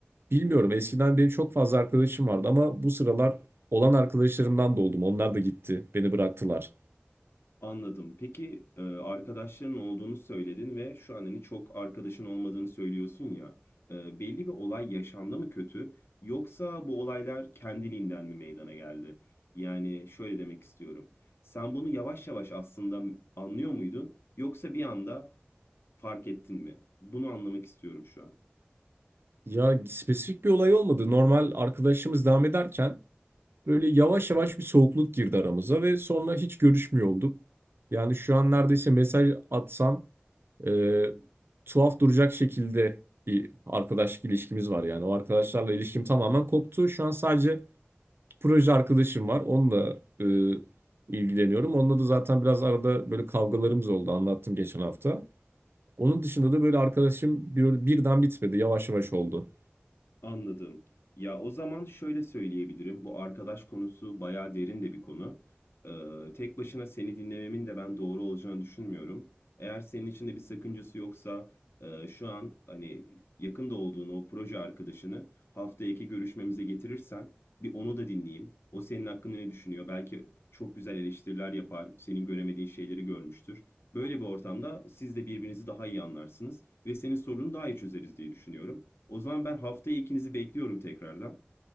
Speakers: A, on the right; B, on the left.
A: bilmiyorum. Eskiden benim çok fazla arkadaşım vardı ama bu sıralar olan arkadaşlarımdan da oldum. Onlar da gitti, beni bıraktılar.
B: Anladım. Peki e, arkadaşların olduğunu söyledin ve şu an hani çok arkadaşın olmadığını söylüyorsun ya. E, belli bir olay yaşandı mı kötü yoksa bu olaylar kendiliğinden mi meydana geldi? Yani şöyle demek istiyorum. Sen bunu yavaş yavaş aslında anlıyor muydun yoksa bir anda fark ettin mi? Bunu anlamak istiyorum şu an.
A: Ya spesifik bir olay olmadı. Normal arkadaşımız devam ederken Böyle yavaş yavaş bir soğukluk girdi aramıza ve sonra hiç görüşmüyor olduk. Yani şu an neredeyse mesaj atsam e, tuhaf duracak şekilde bir arkadaşlık ilişkimiz var yani. O arkadaşlarla ilişkim tamamen koptu. Şu an sadece proje arkadaşım var. Onunla e, ilgileniyorum. Onunla da zaten biraz arada böyle kavgalarımız oldu. Anlattım geçen hafta. Onun dışında da böyle arkadaşım böyle birden bitmedi. Yavaş yavaş oldu.
B: Anladım. Ya o zaman şöyle söyleyebilirim. Bu arkadaş konusu bayağı derin de bir konu. Ee, tek başına seni dinlememin de ben doğru olacağını düşünmüyorum. Eğer senin için de bir sakıncası yoksa e, şu an hani yakında olduğun o proje arkadaşını haftaya iki görüşmemize getirirsen bir onu da dinleyeyim. O senin hakkında ne düşünüyor? Belki çok güzel eleştiriler yapar, senin göremediğin şeyleri görmüştür. Böyle bir ortamda siz de birbirinizi daha iyi anlarsınız ve senin sorununu daha iyi çözeriz diye düşünüyorum. O zaman ben haftaya ikinizi bekliyorum tekrardan.